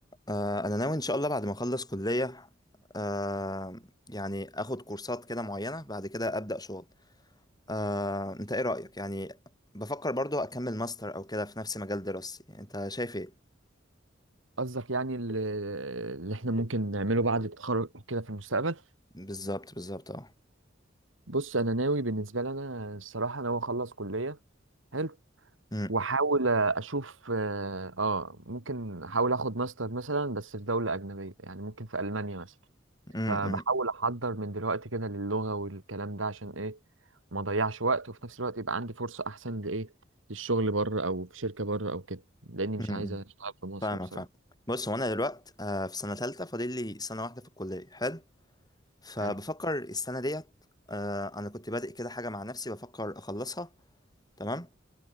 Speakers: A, on the left; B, on the right.
A: آه، انا ناوي ان شاء الله بعد ما اخلص كلية آه، يعني اخد كورسات كده معينة بعد كده ابدأ شغل آه، انت ايه رأيك يعني بفكر برضو اكمل ماستر او كده في نفس مجال دراستي انت شايف ايه
B: قصدك يعني ال- اللي احنا ممكن نعمله بعد التخرج كده في المستقبل
A: بالظبط بالظبط اه
B: بص انا ناوي بالنسبه لي انا الصراحه ناوي اخلص كليه حلو
A: أمم،
B: واحاول اشوف اه آه، ممكن احاول اخد ماستر مثلا بس في دوله اجنبيه يعني ممكن في المانيا مثلا
A: أمم،
B: فبحاول
A: أمم،
B: احضر من دلوقتي كده للغه والكلام ده عشان ايه ما اضيعش وقت وفي نفس الوقت يبقى عندي فرصه احسن لايه للشغل بره او في شركه بره او كده لاني مش
A: أمم.
B: عايز اشتغل في مصر
A: فاهمك
B: بصراحه
A: فاهم بص هو انا دلوقت آه، في سنة تالتة فاضل لي سنة واحدة في الكلية حلو فبفكر
B: حلو
A: السنة ديت آه، انا كنت بادئ كده حاجة مع نفسي بفكر اخلصها تمام